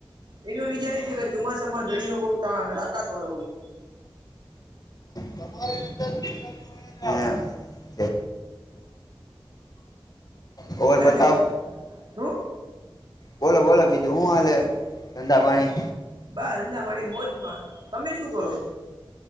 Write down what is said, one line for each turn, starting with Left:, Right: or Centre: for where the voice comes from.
Right: એનું રીઝન એ છે કે ચોમાસામાં દણયો બહુ ત લકાત વાો હોય
Left: તમારી રીતે મળે ઓર
Right: કેમજ
Left: બતાવ
Right: શું
Left: બોલો બોલો બીજું હું હાલે ધંધા પાણી
Right: બા ધંધા વાળી મોજમાં તમે શું કરો છો